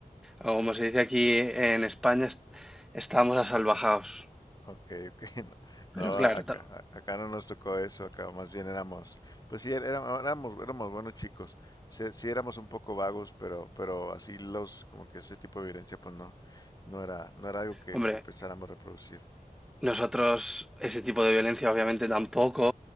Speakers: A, in the centre; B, on the left (about 25°).
A: O como se dice aquí en España, est- estábamos asalvajados.
B: Ok, ok. <laughs> No,
A: Pero
B: no,
A: claro,
B: acá,
A: ta-
B: a- acá no nos tocó eso, acá más bien éramos, pues sí, era- era- éramos, éramos buenos chicos, sí, sí éramos un poco vagos, pero, pero así los, como que ese tipo de violencia, pues no, no era, no era algo que,
A: hombre,
B: que pensáramos reproducir.
A: Nosotros ese tipo de violencia obviamente tampoco,